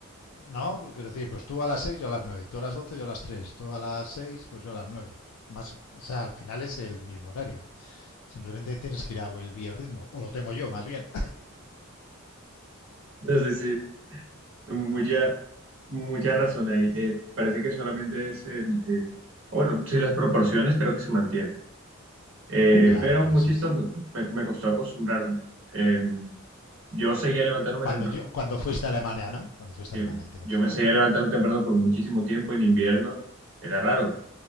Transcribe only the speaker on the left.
no, pues quiero decir, pues tú a las seis yo a las nueve tú a las doce yo a las tres tú a las seis pues yo a las nueve Más, o sea, al final es el mismo horario. Simplemente tienes girado el biorritmo, o lo tengo yo más bien.
<laughs> claro,
por
eso
es.
Cuando,
yo, cuando fuiste a Alemania, ¿no? Cuando fuiste
a Alemania, entiendo.